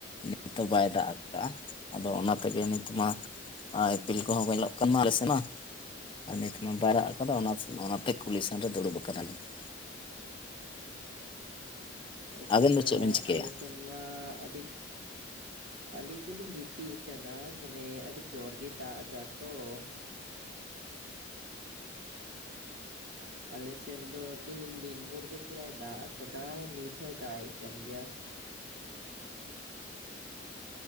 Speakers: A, on the left (about 25°); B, on the right (about 55°).
A: ᱱᱤᱛᱚ ᱵᱟᱭ ᱫᱟᱜ ᱟᱠᱟᱜᱼᱟ, ᱟᱫᱚ ᱚᱱᱟ ᱛᱮᱜᱮ ᱱᱤᱛ ᱢᱟ ᱟᱨ ᱤᱯᱤᱞ ᱠᱚᱦᱚᱸ ᱠᱚ ᱧᱮᱞᱚᱜ ᱠᱟᱱᱟ ᱟᱞᱮ ᱥᱮᱫ ᱢᱟ ᱾ ᱟᱨ ᱱᱤᱛ ᱢᱟ ᱵᱟᱭ‌ᱫᱟᱜ ᱟᱠᱟᱫᱟ ᱚᱱᱟ ᱚᱱᱟᱛᱮ ᱠᱩᱞᱦᱤ ᱥᱮᱱ ᱨᱮ ᱫᱩᱲᱩᱵ ᱟᱠᱟᱱᱟᱞᱤᱧ ᱾
B: ᱟᱪᱪᱷᱟ
A: ᱟᱵᱮᱱ ᱫᱚ ᱪᱮᱫ ᱵᱮᱱ ᱪᱤᱠᱟᱹᱭᱟ
B: ᱟᱞᱮ ᱥᱮ ᱢᱟ ᱟᱹᱰᱤ ᱟᱹᱞᱤᱧ ᱫᱚᱞᱤᱧ ᱜᱤᱛᱤᱡ ᱟᱠᱟᱱᱟ ᱢᱟᱱᱮ ᱟᱹᱰᱤ ᱡᱳᱨ ᱜᱮᱭ ᱫᱟᱜ ᱮᱫᱟ ᱛᱚ ᱾ ᱟᱞᱮ ᱥᱮᱱ ᱫᱚ ᱛᱤᱦᱤᱧ ᱫᱤᱱ ᱵᱷᱳᱨ ᱜᱮ ᱯᱩᱨᱟᱭ ᱫᱟᱜ ᱟᱠᱟᱫᱟ ᱱᱤᱛ ᱦᱚᱭ ᱫᱟᱜ ᱮᱸᱜ ᱠᱟᱱ ᱜᱮᱭᱟ ᱾